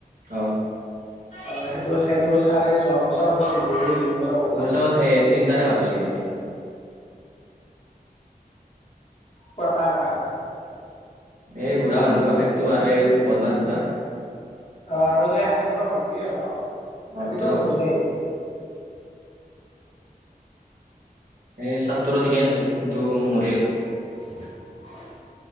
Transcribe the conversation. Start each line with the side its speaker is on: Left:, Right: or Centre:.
Right: অ।
Left: অ সেইটো সেইটো চাৰে যোৱা বছৰ কৰিছিল এই দুই বছৰ কৰলা
Right: মোৰ হিচাবত এই তিটাৰে ভাল হৈছে এক্টিং।
Left: ক কাৰ কাৰ
Right: এই বুঢ়া মানুহ বাপেকতটো আৰু এই বদমা দুতাৰ।
Left: অ আৰু এই আপিটো ভাল হৈছে অলপ, আপিতো
Right: ভিতৰৰ ভাল
Left: নতুনেই।
Right: হৈছে এই চট তো ঠিকেই আছে, কিন্তু মোৰে
Left: <inaudible>